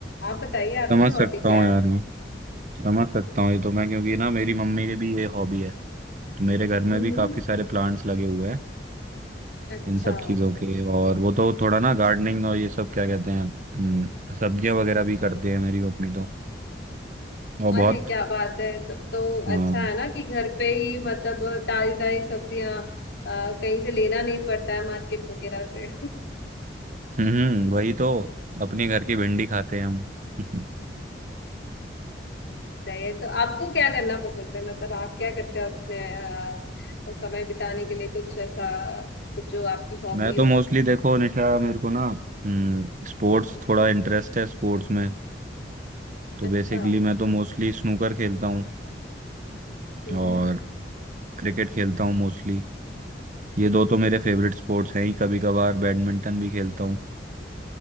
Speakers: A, on the left; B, on the right.
A: आप बताइए आपकी
B: समझ सकता
A: हॉबी क्या
B: हूँ यार
A: है
B: मैं समझ सकता हूँ ये तो मैं क्योंकि ना मेरी मम्मी की भी ये हॉबी है तो मेरे घर
A: हम्म
B: में भी काफी सारे प्लांट्स लगे हुए हैं
A: अच्छा
B: इन सब चीजों के और वो तो थोड़ा ना गार्डनिंग और ये सब क्या कहते हैं हम्म, सब्जियां वगैरह भी करते हैं मेरी मम्मी तो और बहुत
A: अरे क्या बात है तो, तो
B: हाँ
A: अच्छा है ना कि घर पे ही मतलब ताजी ताजी सब्जियां अ, कहीं से लेना नहीं पड़ता है मार्केट वगैरह से
B: हम्म वही तो अपने घर की भिंडी खाते हैं हम <laughs>
A: सही है तो आपको क्या करना पसंद है मतलब आप क्या करते हो अपने अ, समय बिताने के लिए कुछ ऐसा कुछ जो आपकी हॉबी
B: मैं तो
A: हो
B: मोस्टली देखो निशा मेरे को ना हम्म स्पोर्ट्स
A: हम्म
B: थोड़ा इंटरेस्ट है स्पोर्ट्स में तो
A: अच्छा
B: बेसिकली मैं तो मोस्टली स्नूकर खेलता हूँ
A: हम्म
B: और क्रिकेट खेलता हूँ मोस्टली ये दो तो मेरे फेवरेट स्पोर्ट्स हैं ही कभी कभार बैडमिंटन भी खेलता हूँ